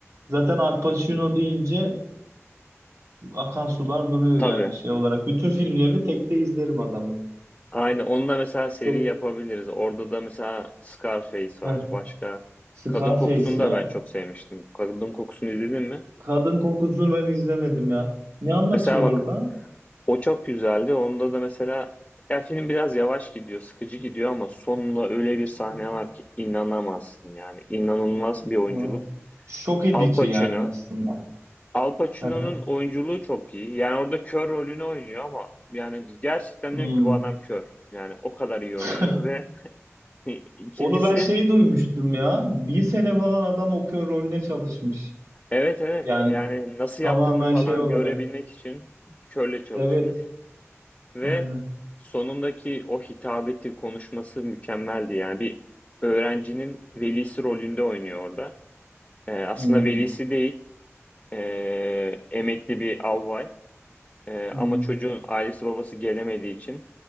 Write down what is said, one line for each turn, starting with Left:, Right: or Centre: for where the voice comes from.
Right: Zaten Al Pacino deyince akan sular duruyor
Left: Tabii.
Right: yani şey olarak. Bütün filmlerini tekte izlerim adamı.
Left: Aynen. Onunla mesela seri
Right: Çok
Left: yapabiliriz. Orada da mesela Scarface
Right: Heh,
Left: var. Başka
Right: Scarface
Left: Kadın Kokusu'nu da
Right: ya.
Left: ben çok sevmiştim. Kadın Kokusu'nu izledin mi?
Right: Kadın kokusunu ben izlemedim ya. Ne anlatıyor
Left: Mesela bak
Right: orada?
Left: o çok güzeldi. Onda da mesela ya film biraz yavaş gidiyor, sıkıcı gidiyor ama sonunda öyle bir sahne
Right: Heh.
Left: var ki inanamazsın yani. İnanılmaz bir oyunculuk.
Right: Hı. Şok edici
Left: Al Pacino.
Right: yani aslında.
Left: Al Pacino'nun
Right: Hı hı.
Left: oyunculuğu çok iyi. Yani orada kör rolünü oynuyor ama yani gerçekten
Right: Hmm.
Left: diyorum ki bu adam kör. Yani o kadar iyi
Right: <laughs>
Left: oynuyor ve <laughs> ikincisi
Right: Onu ben şey duymuştum ya. Bir sene falan adam okuyor rolüne çalışmış.
Left: evet evet
Right: Yani
Left: yani nasıl
Right: tamamen
Left: yaptığını falan
Right: şey olarak.
Left: görebilmek için körle çalışmış
Right: Evet.
Left: ve
Right: Aynen.
Left: sonundaki o hitabeti konuşması mükemmeldi. Yani bir öğrencinin velisi rolünde oynuyor orada. Ee, aslında
Right: Hmm.
Left: velisi değil, ee, emekli bir albay Ee,
Right: Hmm.
Left: ama çocuğun ailesi babası gelemediği için